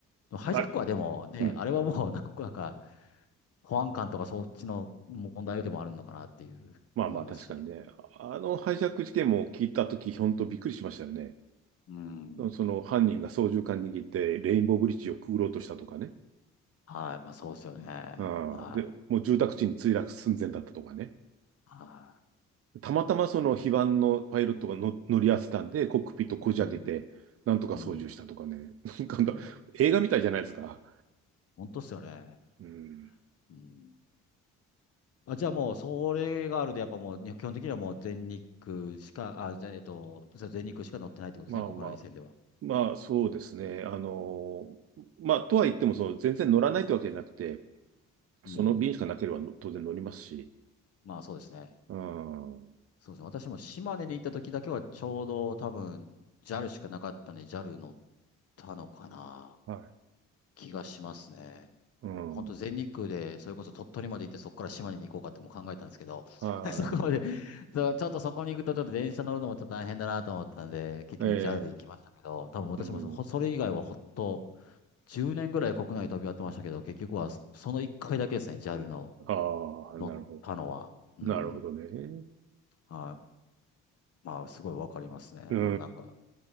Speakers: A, on the left; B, on the right.
A: でもハイジャックはでもね、
B: あ、うん。
A: あれはもう、なんか、なんか保安官とかそっちの問題でもあるのかなっていう思いますし。
B: まあまあ、確かにね。あのハイジャック事件も聞いたとき、ほんとびっくりしましたよね。
A: うん。
B: その犯人が操縦桿握ってレインボーブリッジをくぐろうとしたとかね。
A: はい。まあ、そうですよね。
B: うん。
A: はい。
B: で、もう住宅地に墜落寸前だったとかね。
A: は
B: たまたまその非番のパイロットがの乗り合わせたんで、コックピットこじ開けて、
A: い。うん。
B: なんとか操縦したとかね。
A: うん。
B: <laughs> なんか映画みたいじゃないですか。
A: うん。本当っすよね。
B: うん。
A: うん。あ、じゃあもう、それがあるんで、やっぱもう、ね基本的にはもう全日空しか、あ、じゃあ、えっと、そう全日空しか乗ってないってことですね、
B: まあまあ。
A: 国内線では。
B: まあそうですね。あのーまあとは言っても、その全然乗らないってわけじゃなくて、
A: うん。
B: その便しかなければの当然乗りますし。
A: まあ、そうですね。
B: うん。は
A: そうですね。私も島根に行った時だけは、ちょうど多分、JAL しかなかったんで、JAL 乗ったのかな、
B: い。
A: 気がしますね。
B: うん。
A: 本当全日空で、それこそ鳥取まで行って、そこから島根に行こうかっても考えたんですけど、
B: は
A: <laughs> そこまで、そうちょっとそこに行くと、ちょっと電車乗るのもちょっと大変だなと思ったんで、結局
B: い。ええ。
A: JAL で行きましたけど、多分私もそほそれ以外はほっと、
B: うん。
A: 10年ぐらい国内飛び回ってましたけど、結局はその1回だけですね、JAL の
B: ああ、
A: 乗ったのは。
B: なるほ
A: うん。
B: ど。なるほどね。
A: はい。まあ、すごいわかりますね。
B: うー
A: でもなんか、